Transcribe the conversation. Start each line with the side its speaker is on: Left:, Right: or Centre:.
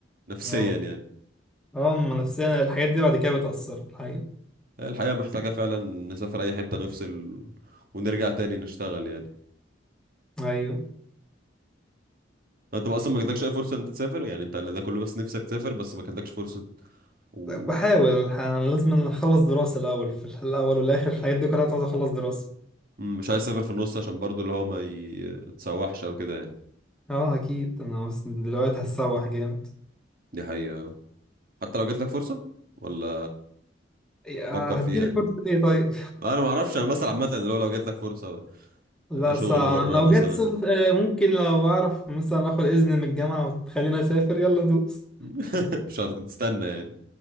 Right: نفسيا
Centre: اه
Right: يعني
Centre: اه أما نفسيا الحاجات دي بعد كده بتأثر الحقيقة
Right: الحقيقة محتاجة فعلا نسافر أي حتة نفصل ونرجع تاني نشتغل يعني
Centre: أيوه
Right: أنت بقى أصلا ما جاتلكش أي فرصة إن أنت تسافر يعني أنت ده كله بس نفسك تسافر بس ما جاتلكش فرصة ومش
Centre: بحاول الحقيقة، أنا لازم أخلص دراسة الأول في الأول والآخر الحاجات دي كلها عاوز أخلص دراسة
Right: عايز تسافر في النص عشان برضو اللي هو ما يتسوحش أو كده يعني
Centre: اه أكيد أنا بس دلوقتي هتسوح جامد
Right: دي حقيقة حتى لو جاتلك فرصة ولا
Centre: يا
Right: فكر فيها
Centre: هتجيلي فرصة إيه طيب؟
Right: أنا ما أعرفش أنا مثلا عامة اللي هو لو جاتلك فرصة
Centre: <laughs> لا
Right: آه، شغل
Centre: صعب
Right: بره
Centre: لو
Right: مثلا
Centre: جت سف- آه، ممكن لو أعرف مثلا آخد إذن من الجامعة وتخليني أسافر يلا ندوس
Right: <laughs> مش هتستنى يعني